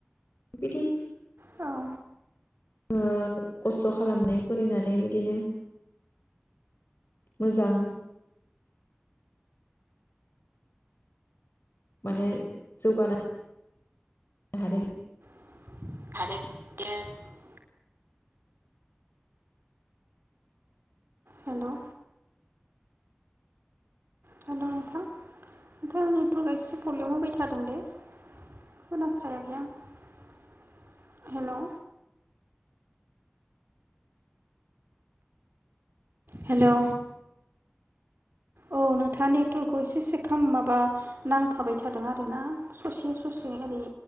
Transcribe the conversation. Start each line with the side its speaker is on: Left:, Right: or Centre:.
Left: बिदि
Right: औ
Left: ओ खस्थ खालामबाय फरिनानै बिदिनो मोजां माने जौगानाय थारै
Right: <unintelligible> हेलौ हेलौ नोंथां नोंथाङा नेटवर्क आं एसे प्रब्लेम होबाय थादों थादों दे खोनास्रायाखै आं हेलौ हेलौ औ नोंथाङा नेटवर्कखौ एसे सेक खालाम माबा नांथाबाय थादों आरोना ससे ससे ओरै